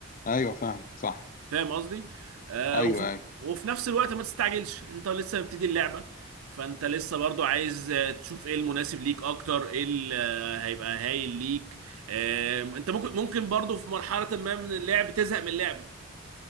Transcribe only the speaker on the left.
ايوه فاهم صح
ايوه
ايوه